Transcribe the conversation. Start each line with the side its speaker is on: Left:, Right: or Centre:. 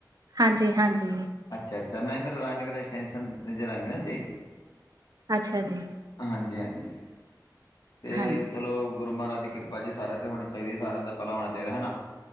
Right: ਹਾਂਜੀ-ਹਾਂਜੀ।
Left: ਅੱਛਾ-ਅੱਛਾ, ਮੈਂ ਏਧਰ ਰਾਜਨਗਰ ਅਟੈਂਸਨ ਤੇ ਰਹਿੰਦਾ ਸੀ।
Right: ਅੱਛਾ ਜੀ।
Left: ਹਾਂਜੀ- ਹਾਂਜੀ। ਤੇ
Right: ਹਾਂਜੀ
Left: ਚਲੋ, ਗੁਰੂ ਮਾਰਾਜ ਦੀ ਕਿਰਪਾ ਜੀ ਸਾਰਿਆਂ ਤੇ ਹੋਣੀ ਚਾਈਦੀ ਏ, ਸਾਰਿਆਂ ਦਾ ਭਲਾ ਹੋਣਾ ਚਾਈਦਾ ਹਨਾ।